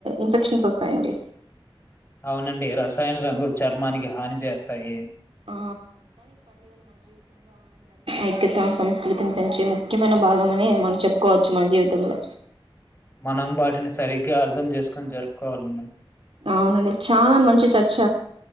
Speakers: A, on the right; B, on the left.
A: ఇన్ఫెక్షన్స్ వస్తాయండి
B: అవునండి రసాయన రంగులు చర్మానికి హాని చేస్తాయి
A: ఆ ఐక్యతా సంస్కృతిని పెంచి ముఖ్యమైన భాగమని మనం చెప్పుకోవచ్చు మన జీవితం తమల
B: మనం వాటిని సరిగ్గా అర్థం చేసుకొని జరుపుకోవాలండి
A: అవునండి చాలా మంచి చర్చ